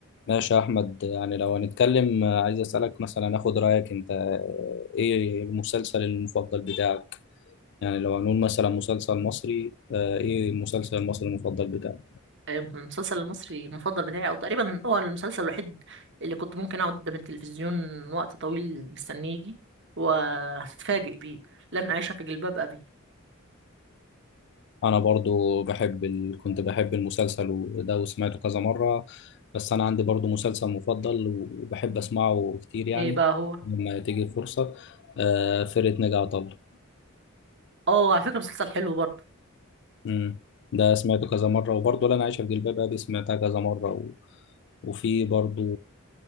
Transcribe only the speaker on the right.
المسلسل المصري المفضل بتاعي او تقريبا هو المسلسل الوحيد اللي كنت ممكن اقعد قدام التلفزيون وقت طويل مستنيه يجي وهتتفاجئ بيه لن اعيش في جلباب ابي
ايه بقى هو
اه على فكره مسلسل حلو برضه